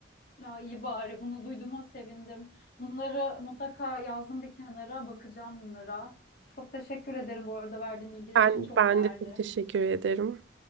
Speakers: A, on the left; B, on the right.
A: Ya iyi bari bunu duyduğuma sevindim. Bunları mutlaka yazdım bir kenara, bakacağım bunlara. Çok teşekkür ederim bu arada verdiğin bilgiler
B: Ben,
A: için çok
B: ben
A: değerli.
B: de çok teşekkür ederim.